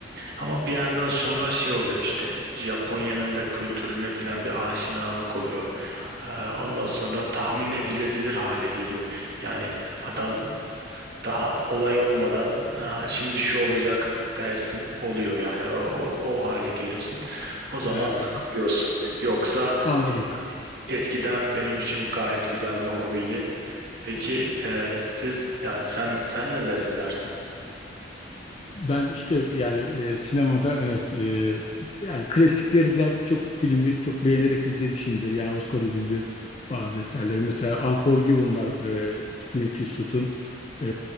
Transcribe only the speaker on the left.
He,
anladım.
Ben işte yani e, sinemada evet e, yani klasiklerden çok filmi çok beğenerek izlemişimdir. Yani Oscar ödüllü bazı eserleri. Mesela Unforgiven var e, Clint Eastwood'un e,